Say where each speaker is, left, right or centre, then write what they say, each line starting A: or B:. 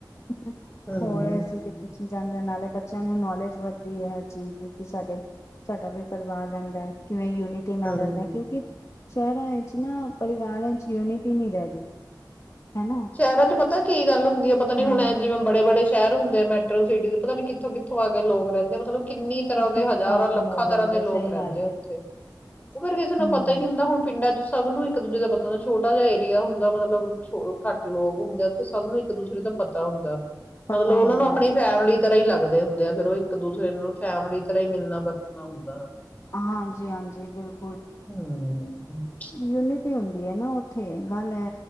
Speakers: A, on the left (about 40°); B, on the left (about 20°).
A: <unintelligible>
B: ਹਮ
A: ਹੋਰ ਅਸੀਂ ਤੇ ਜਾਂਦੇ ਹਾਂ ਨਾਲੇ ਬੱਚਿਆਂ ਨੂੰ ਨੌਲੇਜ ਵੱਧਦੀ ਏ ਹਰ ਚੀਜ਼ ਦੀ ਕਿ ਸਾਡੇ ਸਾਡਾ ਵੀ ਪਰਿਵਾਰ ਰੈਂਦੈ ਕਿਵੇਂ ਦੇ ਨਾਲ
B: ਹਮ
A: ਰੈਂਦਾ ਕਿਉਂਕੀ ਸ਼ਹਿਰਾਂ ਇਚ ਨਾ ਪਰਿਵਾਰਾਂ ਇਚ ਯੂਨਿਟੀ ਨੀਂ ਰੈ ਗਈ। ਹਨਾ
B: ਸ਼ਹਿਰਾਂ ਚ ਪਤਾ ਕੀ ਗੱਲ ਹੁੰਦੀ ਐ ਪਤਾ ਨੀ
A: ਹੂੰ
B: ਹੁਣ ਐਂ ਜਿਵੇਂ ਬੜੇ-ਬੜੇ ਸ਼ਹਿਰ ਹੁੰਦੇ ਆ ਮੈਟਰੋ ਸਿਟੀ ਚ ਪਤਾ ਨੀ ਕਿੱਥੋਂ-ਕਿੱਥੋਂ ਆ ਕੇ ਲੋਕ ਰੈਂਦੇ ਆ। ਮਤਲਬ ਕਿੰਨੀ ਤਰ੍ਹਾਂ
A: ਕਿੱਥੋਂ
B: ਦੇ ਹਜ਼ਾਰਾਂ-ਲੱਖਾਂ
A: ਕਿੱਥੋਂ ਆ ਕੇ ਲੋਕ
B: ਤਰ੍ਹਾਂ
A: ਰਹਿੰਦੇ
B: ਦੇ ਲੋਕ
A: ਸਹੀ
B: ਰੈਂਦੇ
A: ਗੱਲ
B: ਆ
A: ਹੈ
B: ਔਥੇ ਉਹ ਫੇਰ ਕਿਸੇ ਨੂੰ
A: ਹੂੰ
B: ਪਤਾ ਈ ਨੀ ਹੁੰਦਾ ਹੁਨ ਪਿੰਡਾਂ ਚ ਸ ਸਭ ਨੂੰ ਇੱਕ ਦੂਜੇ ਦਾ ਪਤਾ ਹੁੰਦਾ ਛੋਟਾ ਜਿਆ ਏਰੀਆ ਹੁੰਦਾ ਮਤਲਬ ਛੌ ਘੱਟ ਲੋਕ ਹੁੰਦੇ ਔਥੇ ਸਭ ਨੂੰ ਇੱਕ ਦੂਸਰੇ ਦਾ ਪਤਾ ਹੁੰਦਾ
A: ਪਤਾ
B: ਮਤਲਬ ਔਨਾਂ
A: ਹੁੰਦਾ
B: ਨੂੰ ਆਪਣੀ ਫੈਮਲੀ ਤਰ੍ਹਾਂ ਈ ਲੱਗਦੇ ਹੁੰਦੇ ਆ ਫੇਰ ਔਹ ਇੱਕ ਦੂਸਰੇ ਨਾਲ ਫੈਮਲੀ ਦੀ ਤਰ੍ਹਾਂ ਈ ਮਿਲਨਾ ਵਰਤਨਾ ਹੁੰਦਾ, ਹਨਾ।
A: ਹਾਂਜੀ-ਹਾਂਜੀ ਬਿਲਕੁ
B: ਹੰ ਪਚ
A: ਯੂਨਿਟੀ ਹੁੰਦੀ ਐ ਨਾ ਔਥੇ ਗੱਲ ਏ